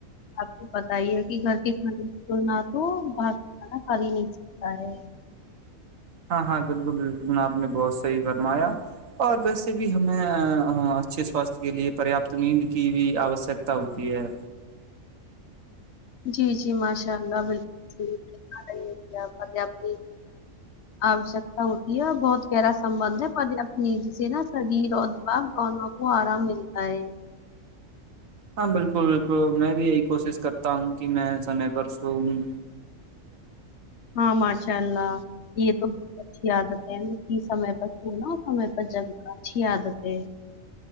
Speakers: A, on the left; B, on the right.
A: آپ کو پتا ہی ہے کہ گھر کے کھانے تو نہ تو باہر سے کھانا کھ ہی نہیں سکتا ہے
B: ہاں ہاں بالکل بالکل میں آپ نے بہت صحیح فرمایا اور ویسے بھی ہمیں اچھے سواستھ کے لیے پریاپت نیند کی بھی آوشکتا ہوتی ہے
A: جی جی ماشاء اللہ بالکل رہی آوشکتا ہوتی ہے اور بہت گہرا سبند ہے پرپت ن ج سے نا شریر اور دماغ دونوں وہ آرام ملتا ہے
B: ہاں بالکل بالکل میں بھی یہی کوشش کرتا ہوں کہ میں سمے پر سووں
A: ہاں ماشاء اللہ یہ تو بہت اچھی عادت ہے سمے پر سوناا سمے پر جگنا اچھی عادت ہے